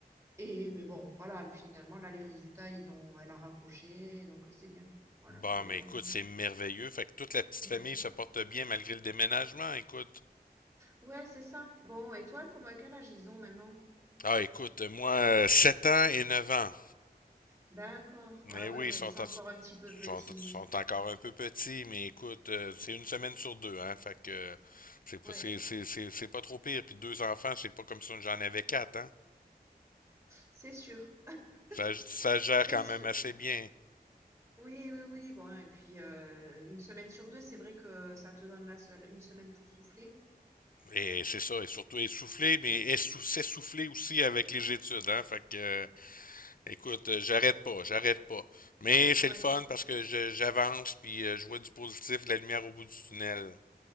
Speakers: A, on the right; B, on the left.
A: Et mais bon, voilà, finalement, là, les résultats, ils ont, elle a raccroché, donc c'est bien. Voilà,
B: Bon,
A: on
B: mais
A: est content.
B: écoute, c'est merveilleux. Fait que toute la petite
A: Ouais.
B: famille se porte bien malgré le déménagement, écoute.
A: Ouais, c'est ça. Bon, et toi, comment, quel âge ils ont maintenant?
B: Ah, écoute, moi, 7 ans et 9 ans.
A: D'accord.
B: Mais
A: Ah
B: oui,
A: ouais, ouais,
B: ils sont
A: ils sont encore
B: en,
A: un petit peu petits.
B: sont, sont encore un peu petits, mais écoute, euh, c'est une semaine sur deux, hein. Fait que euh, c'est pas,
A: Ouais,
B: c'est, c'est, c'est, c'est pas trop pire. Puis deux enfants, c'est pas comme si j'en avais quatre, hein.
A: c'est sûr.
B: Ça, ça
A: <laughs>
B: gère
A: C'est
B: quand
A: sûr.
B: même assez bien.
A: Oui, oui, oui. Bon, et puis euh, une semaine sur deux, c'est vrai que ça te donne la seule une semaine pour souffler.
B: Et c'est ça, et surtout essoufflé, mais essou- s'essouffler aussi avec les études, hein. Fait que, euh, écoute, euh, j'arrête pas, j'arrête pas. Mais c'est
A: Ouais,
B: le fun parce que je- j'avance, puis euh, je vois du positif, de la lumière au bout du tunnel.